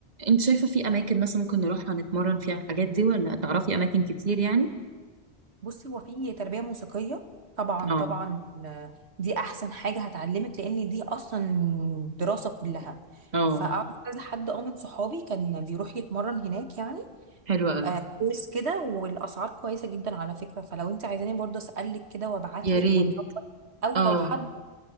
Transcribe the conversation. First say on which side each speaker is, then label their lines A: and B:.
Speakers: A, on the right; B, on the right.
A: انت شايفة في اماكن مثلا ممكن نروحها نتمرن فيها الحاجات دي ولا تعرفي اماكن كتير يعني
B: بصي هو في تربية موسيقية طبعا
A: اه
B: طبعا آه، دي احسن حاجة هتعلمك لان دي اصلا دراسة كلها
A: اه
B: فاعرف كذا حد اه من صحابي كان بيروح يتمرن هناك يعني
A: حلوة قوي
B: آه، كويس كده والاسعار كويسة جدا على فكرة فلو انت عايزاني برضه اسألك كده وابعتلك
A: يا ريت
B: ونظبط او
A: اه
B: لو حد